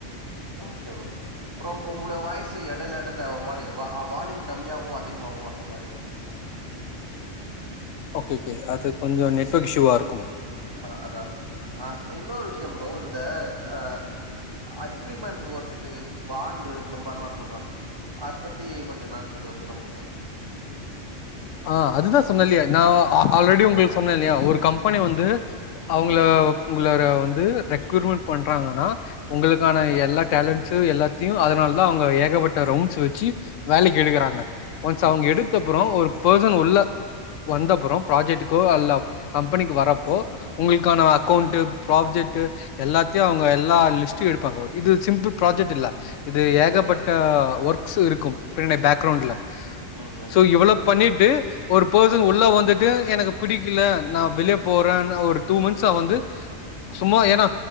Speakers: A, on the right; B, on the left.
A: ஓகே ஓகே ப்ரோ உ உங்கள வாய்ஸ் எடைல எடல ஒரு மாரி வால்யூம் கம்மியாவு அதிகமவு அந்த மாரி வர்
B: ஓகே ஓகே அது கொஞ்சோ நெட் ஒர்க் இஷ்யூவா இருக்கும்
A: அ அதா அ இன்னொரு விஷ்யோ ஃப்ரோ இந்த அ அக்ரிமெண்ட் ஒர்க்கு பாண்டு இந்த மார்ல்லா சொல்றாங்ல ப்ரோ அது பத்தி கொஞ்சம் இன்னான் தெளிவா சொல்ல முடியுமா
B: ஆ அதுதா சொன்னே இல்லியா நா ஆல்ரெடி உங்களுக்கு சொன்னே இல்லியா ஒரு கம்பெனி வந்து அவுங்கள உங்கள ர வந்து ரெக்ரூட்மெண்ட் பண்றாங்கனா உங்களுக்கான
A: ம்
B: எல்லா டேலண்ட்ஸு எல்லாத்தியு அதனால் தா அவுங்க ஏகப்பட்ட ரவுண்ட்ஸ் வெச்சு வேலைக்கு எடுக்குறாங்க ஒன்ஸ்
A: ம்
B: அவுங்க எடுத்தப்புறோ ஒரு பேசன் உள்ள வந்தப்பறோ ப்ராஜெக்டுக்கோ அல்ல கம்பெனிக்கு வர அப்போ உங்களுக்கான அக்கௌண்டு ப்ராஜெக்டு எல்லாத்தியு அவுங்க எல்லா லிஸ்ட்டு எடுப்பாங்கங்க இது சிம்பிள் ப்ராஜெக்ட் இல்ல இது ஏகப்பட்ட ஒர்க்ஸ் இருக்கு பின்னாடி பேக்ரவுண்டுல
A: ம் ம் ஓகே
B: சோ
A: ப்ரோ
B: இவ்வளோ பண்ணிட்டு ஒரு பேசன் உள்ள வந்துட்டு எனக்கு பிடிக்கில நா வெளிய போறேன்னு ஒரு டூ மந்த்ஸா வந்து சும்மா ஏனா